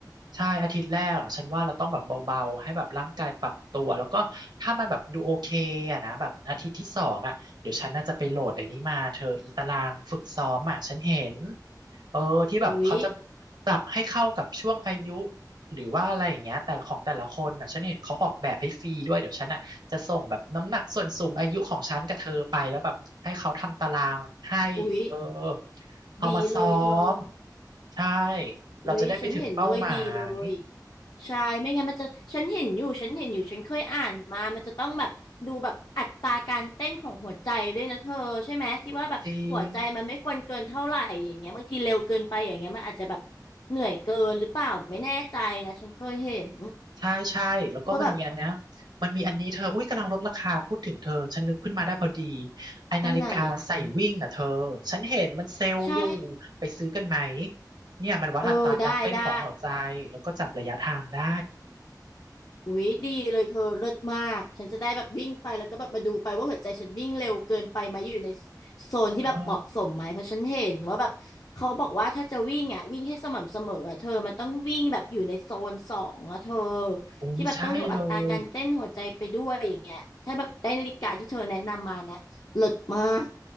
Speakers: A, on the right; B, on the left.
A: ใช่อาทิตย์แรกอ่ะฉันว่าเราต้องแบบเบาๆให้แบบร่างกายปรับตัวแล้วก็ถ้ามันแบบดูโอเคอ่ะนะแบบอาทิตย์ที่สองอ่ะเดี๋ยวฉันน่าจะไปโหลดไอ้นี้มาเธออีตารางฝึกซ้อมอ่ะฉันเห็นเออที่แบบเขาจะ
B: อุ๊ย
A: ปรับให้เข้ากับช่วงอายุหรือว่าอะไรอย่างเงี้ยแต่ละของแต่ละคนอ่ะฉันเห็นเขาออกแบบให้ฟรีด้วยเดี๋ยวฉันอ่ะจะส่งแบบน้ำหนักส่วนสูงอายุของฉันกับเธอไปแล้วแบบให้เขาทำตารางให้เออ
B: อุ๊ย
A: เอามาซ้อม
B: ดีเลยเธอ
A: ใช่เราจะได้ไปถึงเป้าหมาย
B: อุ๊ยฉันเห็นด้วยดีเลยใช่ไม่งั้นมันจะฉันเห็นอยู่ฉันเห็นอยู่ฉันเคยอ่านมามันจะต้องแบบดูแบบอัตราการเต้นของหัวใจด้วยนะเธอใช่ไหมที่ว่าแบบหัวใจมันไม่ควรเกินเท่าไหร่อย่างเงี้ยบางทีเร็วเกินไปอย่างเงี้ยมันอาจจะแบบ
A: จริง
B: เหนื่อยเกินหรือเปล่าไม่แน่ใจนะฉันเคยเห็น
A: ใช่ใช่แล้วก็มันมีอันเนี้ย
B: ว่าแบบ
A: มันมีอันนี้เธออุ้ยกำลังลดราคาพูดถึงเธอฉันนึกขึ้นมาได้พอดีไอนาฬิกาใส่วิ่งอ่ะเธอฉันเห็นมันเซลล์อยู่
B: อันไหนใช่
A: ไปซื้อกันไหมเนี่ยมันวัดอัตราการเต้นของหัวใจแล้วก็จับระยะทางได้
B: เออได้ได้ อุ๊ยดีเลยเธอเลิศมากฉันจะได้แบบวิ่งไปแล้วก็แบบมาดูไปว่าหัวใจฉันวิ่งเร็วเกินไปไหมอยู่ในโซนที่แบบเหมาะสมไหมเพราะฉันเห็นว่าแบบเขาบอกว่าถ้าจะวิ่งอ่ะวิ่งให้สม่ำเสมออ่ะเธอมันต้องวิ่งแบบอยู่ในโซนสองอ่ะเธอ
A: อ๋ออุ้ยใช่เลย
B: ที่แบบต้องดูอัตราการเต้นหัวใจไปด้วยอย่างเงี้ยถ้าแบบได้นาฬิกาที่เธอแนะนำมานะเลิศมาก